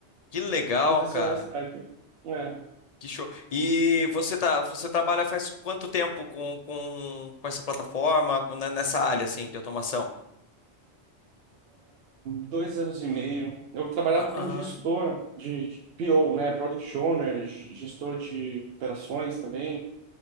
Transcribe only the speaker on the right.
que aconteceu
na Stripe. É,
dois anos e meio, eu trabalhava
como gestor de, de PO, né, Product Owner, g- gestor de operações também.